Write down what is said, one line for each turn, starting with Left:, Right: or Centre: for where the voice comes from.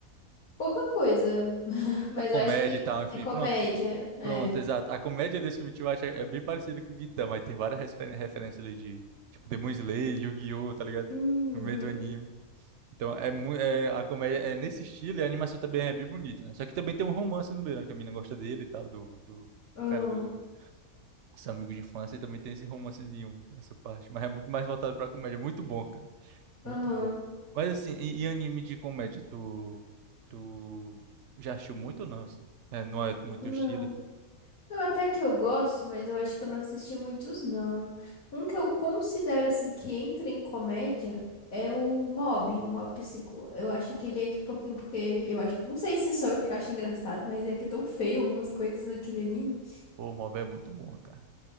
Left: Pouca coisa, <laughs> mas
Right: Da comédia
Left: eu acho que
Right: e tal, enfim,
Left: é comédia,
Right: pronto.
Left: é.
Right: Pronto, exato. A comédia desse último acho, é bem parecida com o Gintama, aí tem várias referen- referências ali de, tipo, Demon Slayer, Yu-Gi-Oh!, tá ligado?
Left: Uhum,
Right: No meio do anime. Então, é, mu- é a comédia é nesse estilo e a animação também é bem bonita, né? Só que também tem um romance no meio, né? Que a mina gosta dele e tal, do, do do
Left: aham,
Right: cara do seu amigo de infância, e também tem esse romancezinho, essa parte. Mas é muito mais voltado pra comédia. Muito bom, cara.
Left: aham,
Right: Muito bom. Mas assim, e, e anime de comédia, tu, tu já assistiu muito ou não, assim? É, não é muito
Left: não.
Right: teu estilo, tá?
Left: Não, até que eu gosto, mas eu acho que eu não assisti muitos, não. Um que eu considero, assim, que entra em comédia é o Mob, o Mob Psicô. Eu acho que ele entra um pouquinho porque eu acho... Não sei se sou eu que acho engraçado, mas é que é tão feio algumas coisas naquele anime.
Right: Pô, o Mob é muito bom, cara.